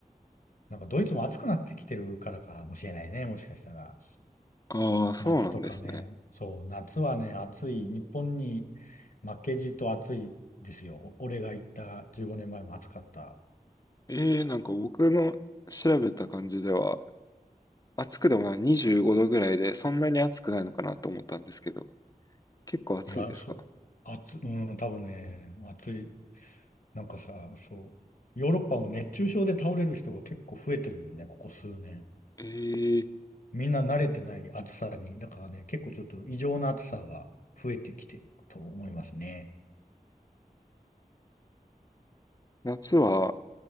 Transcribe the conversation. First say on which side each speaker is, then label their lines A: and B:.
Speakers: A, on the left; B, on the left.
A: なんかドイツも暑くなってきてるからかもしれないね。もしかしたら。
B: ああ、そうなんですね。
A: 夏とかね。そう、夏はね、暑い。日本に負けじと暑いですよ。お俺が行った15年前も暑かった。
B: えー、なんか僕の調べた感じでは、暑くでもない、25度ぐらいで、そんなに暑くないのかなと思ったんですけど、結構暑いんですか
A: いや、そう、暑、うん、多分ね、暑い。なんかさ、そう、ヨーロッパも熱中症で倒れる人が結構増えてるんだよね、ここ数年。
B: えー、
A: みんな慣れてない暑さに。だからね、結構ちょっと異常な暑さが増えてきてると思いますね。
B: 夏は